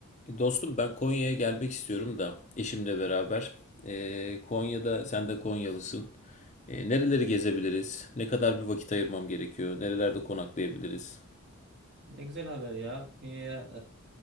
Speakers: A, on the left; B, on the right.
A: E, Dostum ben Konya'ya gelmek istiyorum da eşimle beraber. E, Konya'da sen de Konyalısın. E, nereleri gezebiliriz? Ne kadar bir vakit ayırmam gerekiyor? Nerelerde konaklayabiliriz?
B: Ne güzel haber ya. Konya'ya